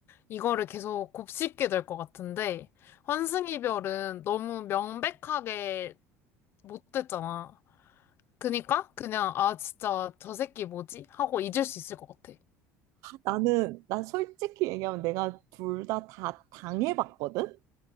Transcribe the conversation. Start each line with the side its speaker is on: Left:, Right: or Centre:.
Left: 이거를 계속 곱씹게 될 것 같은데, 환승 이별은 너무 명백하게 못 됐잖아. 그니까 그냥 아 진짜 저 새끼 뭐지? 하고 잊을 수 있을 것 같아.
Right: 나는, 나 솔직히 얘기하면 내가 둘 다 다 당해봤거든?